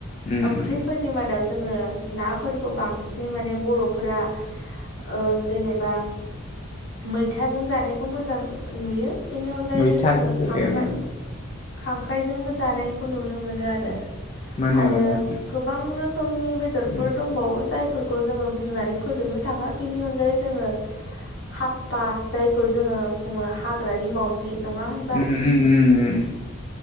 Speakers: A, on the left; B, on the left.
A: उम
B: ओंख्रिफोरनि मादाव जोङो नाफोरखौ बांसिनै माने बर'फोरा ओ जेनेबा मैथाजों जानायखौ मोजां नुयो। बेनि अनगायैबो
A: मैथाजों
B: जोङो
A: जायो
B: खांख्राइ
A: ओं
B: खांख्राइजोंबो जानायखौ नुनो मोनो आरो।
A: मोनो
B: आरो
A: मोनो मोनो
B: गोबां रोखोमनि बेदरफोर
A: उम
B: दंबावो। जायफोरखौ जोङो बुंनानै फोजोबनो थाङा बेनि अनगायै जोङो हापा जायखौ जोङो बुङो हाग्रानि मावजि। नङा होन
A: उम उम उम उम